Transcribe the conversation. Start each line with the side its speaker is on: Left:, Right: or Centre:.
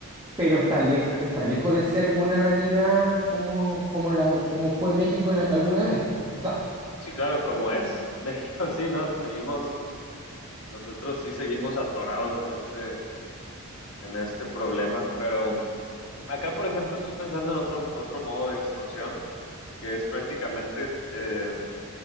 Right: pero está lejos,
Left: ok.
Right: está lejos de ser una realidad como, como, la, como fue México en al- alguna vez. O sea,
Left: Sí, claro, como
Right: sí,
Left: es México, <laughs> sí, ¿no? Seguimos, nosotros sí seguimos atorados en este, en este problema, pero acá, por ejemplo, estoy pensando en otro, otro modo de extorsión, que es prácticamente, eh,